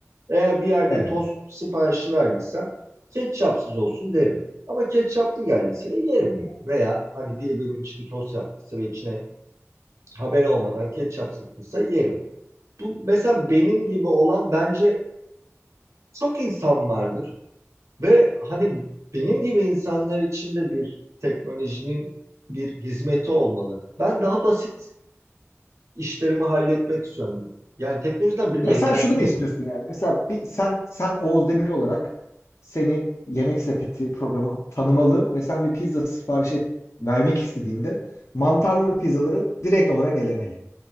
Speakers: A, on the right (about 85°); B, on the left (about 65°).
A: Eğer bir yerde
B: evet.
A: tost siparişi verdiysem ketçapsız olsun derim. Ama ketçaplı geldiyse de yerim yani. Veya hani biri benim için bir tost yaptıysa ve içine haber olmadan ketçap sıktıysa yerim. Bu mesela benim gibi olan bence çok insan vardır. Ve hani benim gibi insanlar için de bir teknolojinin bir hizmeti olmalı. Ben daha basit işlerimi halletmek istiyorum. Yani teknolojiden bir
B: Ya
A: beklentim
B: sen şunu mu istiyorsun
A: bu.
B: yani? Mesela bir, sen sen Oğuz Demir olarak seni Yemek Sepeti programı tanımalı ve sen bir pizza sipariş et, vermek istediğinde mantarlı pizzaları direkt olarak elemeli.